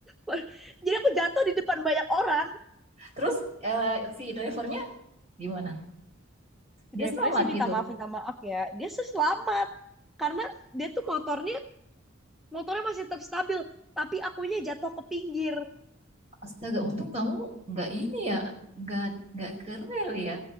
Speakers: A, in the centre; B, on the right.
A: <laughs> Jadi aku jatuh di depan banyak orang.
B: terus eh, si drivernya gimana dia
A: Drivernya
B: selamat
A: sih minta
B: gitu
A: maaf, minta maaf ya. Dia sih selamat. Karena dia tuh motornya, motornya masih tetap stabil. Tapi akunya jatuh ke pinggir.
B: astaga untung kamu nggak ini ya, nggak nggak ke rel ya.